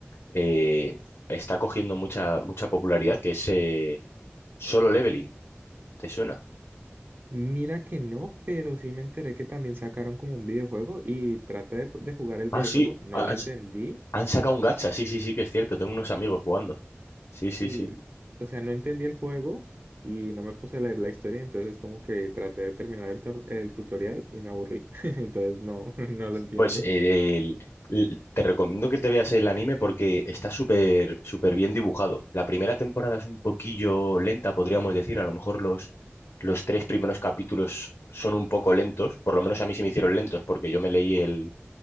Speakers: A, on the left; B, on the right.
A: eh, está cogiendo mucha, mucha popularidad, que es eh, Solo Leveling? ¿Te suena?
B: Mira que no, pero sí me enteré que también sacaron como un videojuego y traté de de jugar el
A: Ah,
B: videojuego.
A: sí,
B: No
A: han,
B: lo entendí.
A: han sacado un gacha, sí, sí, sí, que es cierto, tengo unos amigos jugando. Sí, sí,
B: Sí,
A: sí.
B: o sea, no entendí el juego y no me puse a leer la historia, entonces como que traté de terminar el, tor- el tutorial y me aburrí, <laughs> entonces no, <laughs> no lo entiendo.
A: Pues eh, el- l- te recomiendo que te veas el anime porque está súper súper bien dibujado. La primera temporada es un poquillo lenta, podríamos decir. A lo mejor los, los tres primeros capítulos son un poco lentos. Por lo menos a mí se me hicieron lentos porque yo me leí el,